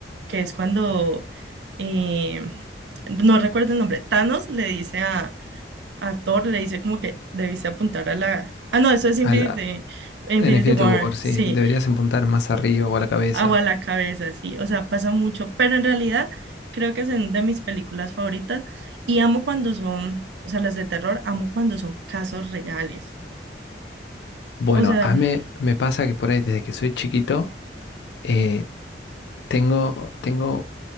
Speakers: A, on the right; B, on the left.
A: que es cuando, eh, no recuerdo el nombre, Thanos le dice a, a Thor, le dice como que debiste apuntar a la... Ah, no, eso es Infinity,
B: A la-
A: Infinity
B: en Infinity
A: War,
B: War, sí,
A: sí,
B: deberías apuntar más arriba o a la cabeza.
A: agua a la cabeza, sí, o sea, pasa mucho, pero en realidad creo que es una de mis películas favoritas y amo cuando son, o sea, las de terror, amo cuando son casos reales.
B: Bueno,
A: O sea,
B: a mí me pasa que por ahí desde que soy chiquito, eh, Tengo, tengo